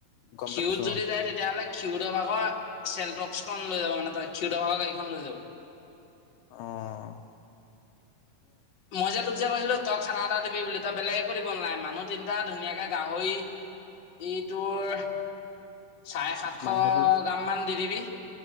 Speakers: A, on the left; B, on the left.
A: গম
B: খিউদ
A: পাইছো
B: যদি
A: অ
B: যায় তেতিয়াহ'লে ক্ষিউদৰভাকৰ চেল ৰক্সখন লৈ যাব মানে তাৰ ক্ষীৰোদ ভাগৰ গাড়ী খন লৈ যাব।
A: আহ
B: মই যে তোক যে কৈছিলো তই খানা এটা দিবি বুলি তই বেলেগ একো দিব নালাগে মানুহ তিনিটা ধুনীয়াকে গাহৰি ইটোৰ চাৰে সাতশ
A: মাংসটো
B: গ্ৰাম মান দি দিবি।